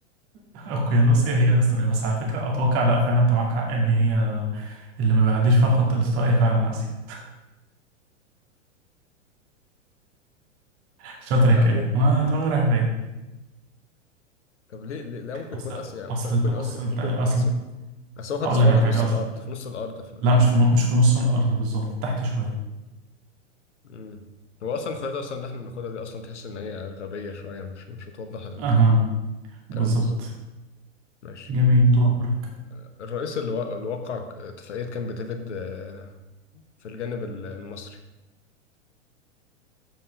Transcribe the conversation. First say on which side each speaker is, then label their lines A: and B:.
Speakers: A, on the right; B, on the left.
A: اوكيانوسيا هي استراليا بس على فكرة اتوقع لا فعلا انت معاك حق ان هي اللي ما بيعديش فيها خط الاستواء هي فعلا اسيا شاطر
B: لا
A: يا كريم
B: ممكن
A: انا دماغي رايحة بعيد
B: طب ليه, ليه لا ممكن
A: اصل
B: يكون اسيا يعني
A: اصل
B: ممكن ممكن
A: انت
B: اسيا
A: بص انت
B: ممكن
A: اصل
B: يكون اسيا بس هو خد
A: اقول
B: استوادة
A: لك على حاجة
B: في نص
A: اصل
B: الارض في نص الارض ف
A: لا مش في نو- مش في نص الارض بالظبط تحت شوية
B: مم. هو اصلا الخريطة اصلا اللي احنا بناخدها دي اصلا تحس ان هي غبية شوية مش مش بتوضح الكلام
A: اها بالظبط
B: بالظبط ماشي
A: جميل دورك
B: آه، الرئيس اللي وقع, اللي وقع اتفاقية كامب ديفيد آه، في الجانب ال- المصري